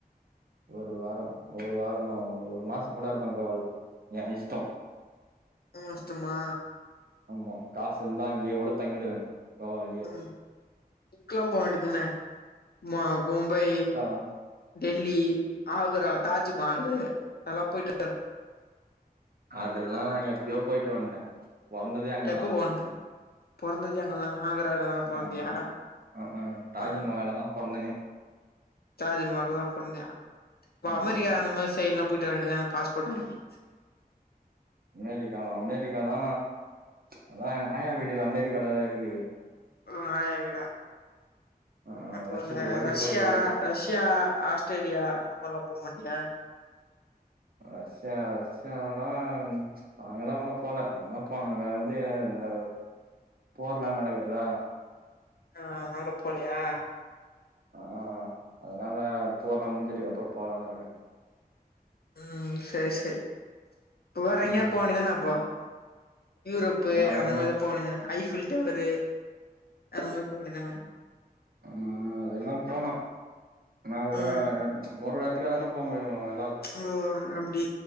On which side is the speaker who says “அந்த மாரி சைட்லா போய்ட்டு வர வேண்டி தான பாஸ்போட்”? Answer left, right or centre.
Left